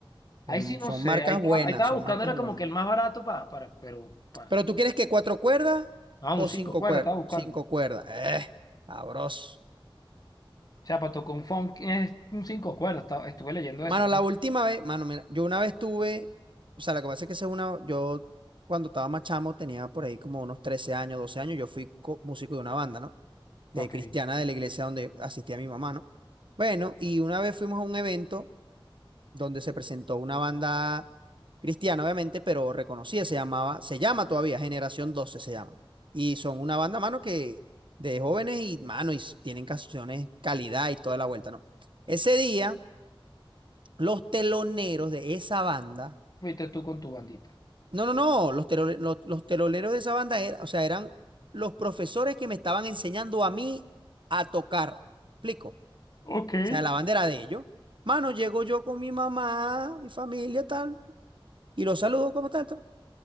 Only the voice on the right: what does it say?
Son,
son
marcas
buenas,
son
marcas
buenas.
Pero tú quieres que cuatro cuerdas
o
cinco
cuerdas.
Cinco
cuerdas. Eh, sabroso.
Mano,
la última vez, mano, mira, yo una vez tuve, o sea, lo que pasa es que esa es una, yo cuando estaba más chamo tenía por ahí como unos 13 años, 12 años, yo fui co- músico de una banda, ¿no? de
cristiana de la iglesia donde asistía mi mamá, ¿no? Bueno, y una vez fuimos a un evento donde se presentó una banda cristiana, obviamente, pero reconocida, se llamaba, se llama todavía Generación doce se llama. Y son una banda, mano, que de jóvenes y, mano, y s- tienen canciones calidad y toda la vuelta, ¿no? Ese día, los teloneros de esa banda,
no, no, no, los, telo- los, los teloneros de esa banda, era, o sea, eran los profesores que me estaban enseñando a mí a tocar. ¿Explico?
sea,
la bandera de ellos. Mano, llego yo con mi mamá, mi familia, tal, y los saludo como tanto.